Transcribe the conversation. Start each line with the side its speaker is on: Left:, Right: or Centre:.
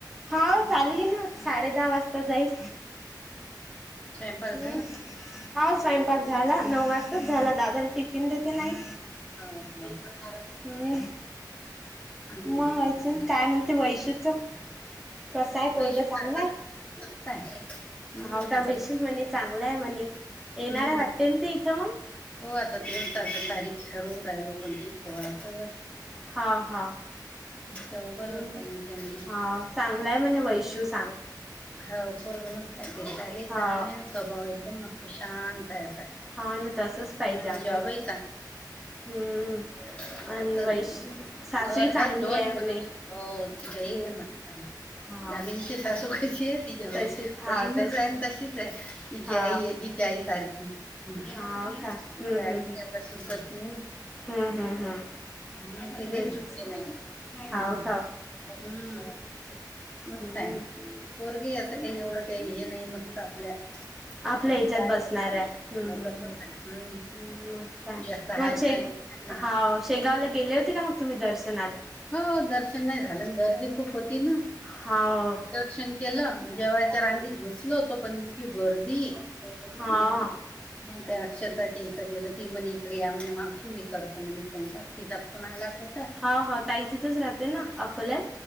Centre: हाव चालली ना साडे दहा वाजता जाईल
Left: स्वयंपाक
Centre: हम्म.
Left: झाला
Centre: हाव स्वयंपाक झाला नऊ वाजताच झाला दादाला टिफिन देते ना आई.
Left: हाव का?
Centre: हम्म.
Left: हम्म.
Centre: मग,
Left: देऊन जा.
Centre: अजून काय म्हणते वैशुच कसा आहे
Left: पैसे
Centre: पोरगा चांगला
Left: आता
Centre: आहे?
Left: काय हम्म
Centre: हाव का
Left: आता
Centre: वैशी म्हणे चांगलाय म्हणे येणार
Left: हम्म
Centre: आहे वाटते तेन इथं मंग.
Left: हो आता तेच तर आता तारीख ठरवू रायलो कोणची ठेवाताया.
Centre: हा. हा.
Left: तेव्हा बोलवता
Centre: हम्म.
Left: येईल त्यांनी
Centre: हा. चांगलाय म्हणे वैश्यूच
Left: हाव पोरगा मस्त आहे ते दिसायले ही
Centre: हाव
Left: तान आहे स्वभाव एकदम मस्त आहे शांत आहे असा.
Centre: हाव ना तसच पाहिजे
Left: आणि
Centre: आपल्याला
Left: जॉबही
Centre: हम्म.
Left: <unintelligible>
Centre: आणि वैश सासूही
Left: थर
Centre: चांगली
Left: आहेत दोन
Centre: आहे म्हणे
Left: <unintelligible>
Centre: हम्म हाव
Left: दामिनीची सासू कशी आहे?
Centre: तशीच
Left: <unintelligible>
Centre: हाव
Left: बहीण
Centre: तस
Left: न तशीच आहे हिच्या
Centre: हाव
Left: आई हिच्या आई सारखी. हम्म
Centre: हाव का हम्म
Left: तिच्या
Centre: हम्म
Left: आईला
Centre: हम्म
Left: एवढ सुचत नाय ना.
Centre: हम्म हम्म हम्म.
Left: हम्म ते लय
Centre: वैशूच
Left: <unintelligible> नाय हम्म
Centre: हाव का
Left: हम्म. मस्त
Centre: हम्म
Left: आहे पोरगी ही असं काही एवढं काही हे नाय मस्त आपल्या
Centre: आपल्या
Left: तसच
Centre: ह्याच्यात
Left: आहे
Centre: बसणाऱ्या हम्म
Left: हो,
Centre: हम्म
Left: तसंच
Centre: हम्म.
Left: आहे. हम्म.
Centre: हम्म मस्त आहे
Left: जास्त हाय
Centre: मग शे
Left: फाय नाही
Centre: हाव शेगावला गेले होते का मग तुम्ही दर्शनाल?
Left: हो दर्शन नाय झालन गर्दी खूप होती ना.
Centre: हाव.
Left: दर्शन केलं जेवायच्या रांगीत घुसलो तो पण इतकी गर्दी
Centre: हा.
Left: मग म त्या अक्षताच्या इथं गेलं ती म्हणे इकडे या म्हणे मावशी मी करत म्हणे स्वयंपाक. तिचा फोन आलाच होता.
Centre: हाव हा ताई तीथच राहते ना अकोल्याल.